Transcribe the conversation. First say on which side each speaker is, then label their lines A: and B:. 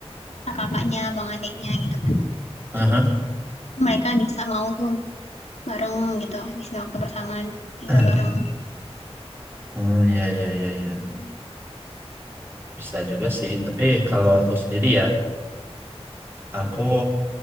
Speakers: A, on the left (about 80°); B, on the right (about 20°).
A: kakaknya, bang adiknya gitu kan.
B: Aha.
A: Mereka bisa mau tuh bareng gitu, habisin waktu bersama tinggal
B: <clears throat>
A: bareng.
B: Hmm, ya, ya, ya, ya. Bisa juga sih, tapi kalau aku sendiri ya, aku